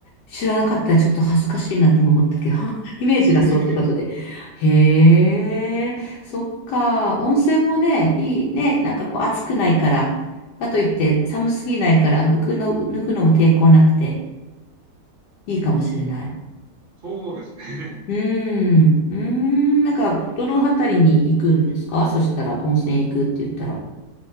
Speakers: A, on the left; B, on the right.
A: 知らなかったらちょっと恥ずかしいなって今思ったけど、<laughs> イメージがそうってことで。
B: <laughs>
A: へえ、そっか。温泉もね、いいね。なんかこう暑くないから。かといって寒すぎないから、服の、脱ぐのも抵抗なくていいかもしれない。
B: そうですね。
A: うーん。うーん。なんか、どの辺りに行くんですかそしたら、温泉行くって言ったら。